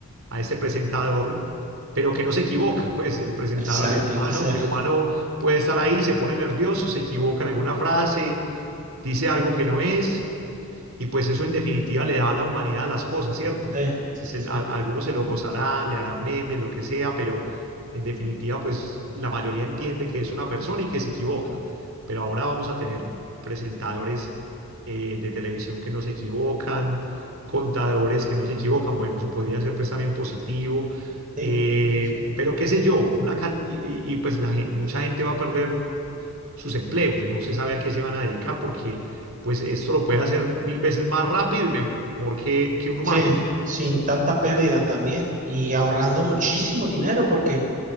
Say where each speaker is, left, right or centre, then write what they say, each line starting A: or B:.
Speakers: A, on the right; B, on the right.
A: a este presentador. pero que no se equivoca, pues el presentador,
B: exacto,
A: el humano,
B: que sea.
A: el humano puede estar ahí, se pone nervioso, se equivoca en alguna frase, dice algo que no es, y pues eso en definitiva le da a la humanidad a las cosas, ¿cierto?
B: Sí, sí,
A: Pues
B: sí,
A: el-
B: sí,
A: a, a algunos se lo gozará, le harán memes, lo que sea, pero en definitiva pues la mayoría entiende que es una persona y que se equivoca. Pero ahora vamos a tener presentadores eh, de televisión que no se equivocan, contadores que no se equivocan. Bueno, eso podría ser pues también positivo.
B: sí,
A: eh,
B: sí, sí, sí.
A: pero qué sé yo, una can- y, y- y, pues la gen- mucha gente va a perder sus empleos. No se sabe a qué se van a dedicar porque pues esto lo puede hacer mil veces más rápido y mejor que, que un
B: Sí,
A: humano.
B: sin tanta pérdida también y ahorrando muchísimo dinero porque